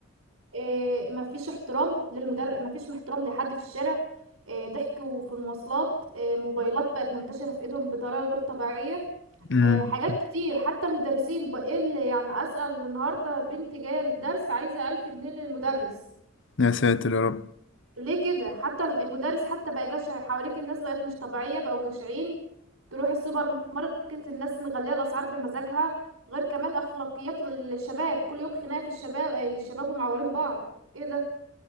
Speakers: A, on the right (about 85°); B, on the left (about 65°).
A: إيه مفيش احترام للمدرب مفيش احترام لحد في الشارع إيه ضحك في المواصلات إيه موبايلات بقت منتشرة في ايدهم بطريقة غير طبيعية
B: مم.
A: إيه حاجات كتير حتى المدرسين بقى ايه اللي يعني أسأل النهاردة بنتي جاية للدرس عايزة ألف جنيه للمدرس
B: يا ساتر يا رب
A: ليه كده حتى الم- المدرس حتى بقى جشع حواليك الناس بقت مش طبيعية بقوا جشعين تروح السوبر ماركت الناس مغلية الأسعار بمزاجها غير كمان أخلاقيات الشباب كل يوم خناقة في الشباب الشباب ومعورين بعض ايه ده